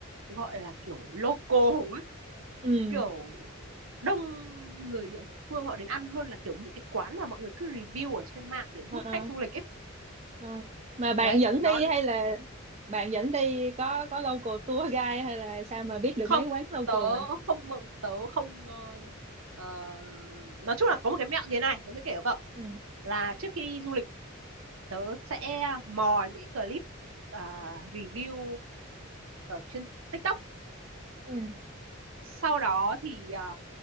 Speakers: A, on the right; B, on the right.
A: gọi là kiểu local ấy
B: ừ
A: kiểu đông người địa phương họ đến ăn hơn là kiểu những cái quán mà mọi người cứ review ở trên mạng để
B: ờ
A: hút
B: ờ,
A: khách du lịch ấy
B: ờ. mà bạn
A: đấy
B: dẫn
A: nó
B: đi hay là bạn dẫn đi có có local tour guide hay là sao mà biết được
A: không
B: mấy quán local
A: tớ
B: mà
A: không mừng tớ không ờ, ờ, nói chung là có một cái mẹo như thế này tớ sẽ kể cho cậu
B: ừ
A: là trước khi đi du lịch tớ sẽ mò những clip à, review ở trên TikTok
B: ừ
A: sau đó thì à,